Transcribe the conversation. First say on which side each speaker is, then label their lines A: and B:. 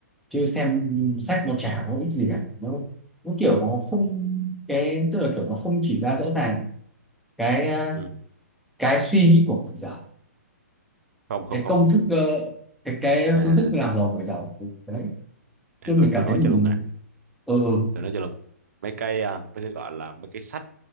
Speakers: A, in the centre; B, on the right (about 65°).
A: chứ xem sách nó chả có ích gì cả nó nó kiểu
B: Ờ,
A: nó không cái tức là kiểu nó không chỉ ra rõ ràng cái ờ,
B: ừ.
A: cái suy nghĩ của người giàu
B: không không
A: cái
B: không
A: công thức ờ, cái cái
B: nè
A: phương thức làm giàu của người giàu đấy
B: à,
A: chứ
B: tôi
A: mình cảm
B: tôi nói
A: thấy mình
B: cho luôn nè
A: ừ ừ
B: tôi nói cho luôn mấy cái à, mấy cái gọi là mấy cái sách